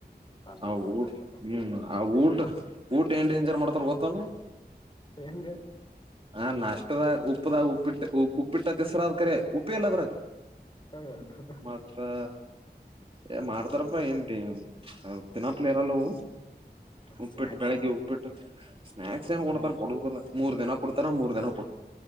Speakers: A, on the left; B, on the right.
A: ಹಾಸ್ಟೆಲ್
B: ಆ
A: ನಂಗ
B: ಊಟ್
A: ಆತ
B: ಹ್ಮ್ ಆ ಊಟ ಊಟ ಏನ್ ಡೇಂಜರ್ ಮಾಡ್ತಾರ ಗೊತ್ತ ಏನ
A: ಹೆಂಗೆ
B: ಹಾ ನಾಷ್ಟದ ಉಪ್ಪದ ಉಪ್ಪಿಟ್ಟ ಉಪ್ಪಿಟ್ಟ ದ ಹೆಸ್ರ ಆದ್ ಕರಿ ಉಪ್ಪ ಎಲ್ಲದ್ರಾಗ
A: <unintelligible>
B: ಮತ್ತಾ ಏನ್ ಮಾಡ್ತಾರಪ್ಪಾ ಏನ್ಟ <unintelligible> ಹೌ ತಿನಪ್ಲೆ ಇರಲ್ಲವು ಉಪ್ಪಿಟ್ಟು
A: ಸ್ನ್ಯಾಕ್ಸ್
B: ಬೆಳಗ್ಗೆ ಉಪ್ಪಿಟ್ಟು ಸ್ನ್ಯಾಕ್ಸ್ ಏನ್
A: ಹ್ಮ್
B: ಕೊಡ್ತಾರ. ಹಳ <unintelligible> ಮೂರ್ ದಿನ ಕೊಡ್ತಾರ. ಮೂರ್ ದಿನಾ -